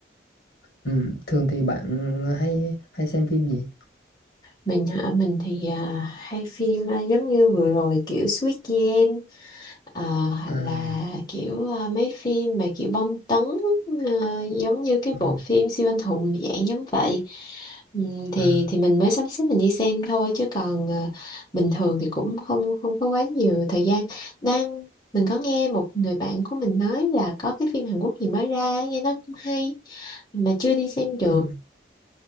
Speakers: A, on the left; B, on the left.
A: ừ. Thường thì bạn hay hay xem phim gì
B: mình hả mình thì à, hay phim à, giống như vừa rồi kiểu Squid Game Ờ, hoặc
A: à
B: là kiểu ờ, mấy phim mà kiểu bom tấn ờ, giống như cái
A: Ờ,
B: bộ phim siêu anh hùng dạng giống vậy Ừm, thì
A: à,
B: thì mình mới sắp xếp mình đi xem thôi chứ còn ờ, bình thường thì cũng không không có quá nhiều thời gian đang mình có nghe một người bạn của mình nói là có cái phim Hàn Quốc gì mới ra nghe nó cũng hay mà chưa đi xem được
A: ờ.